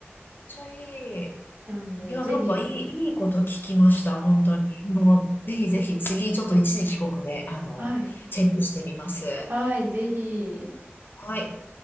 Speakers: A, on the left; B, on the right.
A: ちょいい。
B: なんで、
A: いや、
B: ぜひ、
A: なんかいい、いいこと聞きました、本当に。もう、ぜひぜひ、次、ちょっと一時帰国で、あの、
B: はい。
A: チェックしてみます。
B: はい、ぜひ。
A: はい。